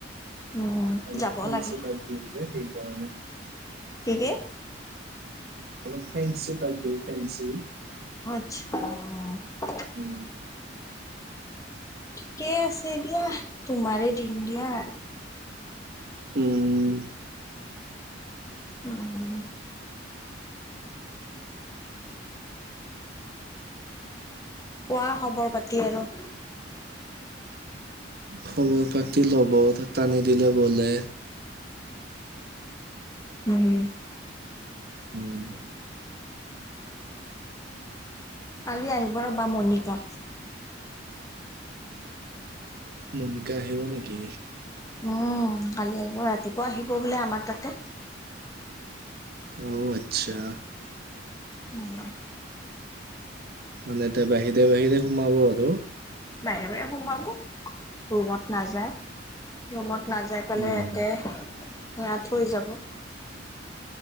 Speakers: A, on the right; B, on the left.
A: <inaudible>
B: উম,
A: অলপ
B: যাব
A: ফেঞ্চ
B: লাগে
A: ক দি যে সেইকাৰণে
B: কিক <unintelligible>
A: ফ্ৰেচিপ প্ৰদীপ এেঞ্চি <unintelligible>
B: অ'
A: উম।
B: ঠিকেই আছে এ দিয়া তোমাৰে দিন দিয়া।
A: উম।
B: উম। কোৱা খবৰ বাকি আৰু
A: খবৰ পাতি ল'ব টানি দিলে বলে
B: উম।
A: উম
B: কালি আহিব ৰ'বা মণিকা।
A: মণিকা আহিব নেকি?
B: উম কালি আহিব ৰাতিপুৱা আহিব বোলে আমাৰ তাতে।
A: আহ আচ্ছা।
B: উম।
A: মানে তাই বাহিৰে বাহিৰে সোমাব আৰু।
B: বাহিৰে বাহিৰে সোমাব। ৰুমত নাযায় ৰুমত নাযায় পেলাই
A: উম
B: ইয়াতে এয়া থৈ যাব।